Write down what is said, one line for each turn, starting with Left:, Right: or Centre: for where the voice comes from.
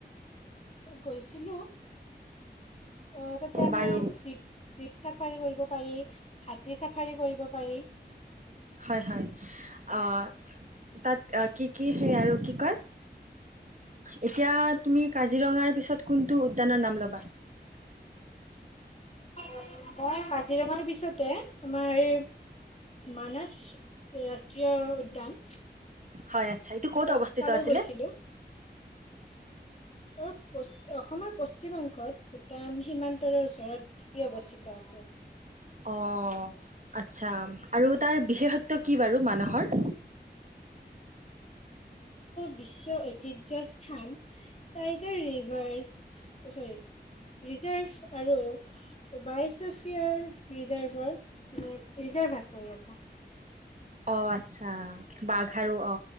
Left: গৈছিলোঁ। অ', তাতে আমি
Right: বাৰু
Left: জীপ-জীপ চা পাৰি কৰিব পাৰি, হাতী চাফাৰী কৰিব পৰি।
Right: হয়, হয়, অহ তাত অহ, কি কি সেই আৰু কি কয় এতিয়া তুমি কাজিৰঙাৰ পিছত কোনটো উদ্যানৰ নাম ল'বা?
Left: অ', মই কাজিৰঙাৰ পিছতে আমাৰ মানস ৰাষ্ট্ৰীয় উদ্যান
Right: হয়, আতচ্ছা এইটো ক'ত
Left: তাত
Right: অৱস্থিত
Left: তালৈ
Right: আছিলে?
Left: গৈছিলো অ', পচ অসমৰ পশ্চিম অংশত ভূটান সীমান্তৰ ওচৰত ই অৱস্থিত আছিল।
Right: অ', আতচ্ছা আৰু তাৰ বিশেষত্ব কি বাৰু মানসৰ?
Left: বিশ্বৰ ঐতিহ্যৰ স্থান টাইগাৰ ৰিভাৰ্জ অ' চৰি ৰিজাৰ্ভ আৰু বাইচফিয়াৰ ৰিজাৰ্ভৰ মানে ৰিজাৰ্ভ আছে ইয়াতে।
Right: অ' আতচ্ছা বাঘ আৰু অ'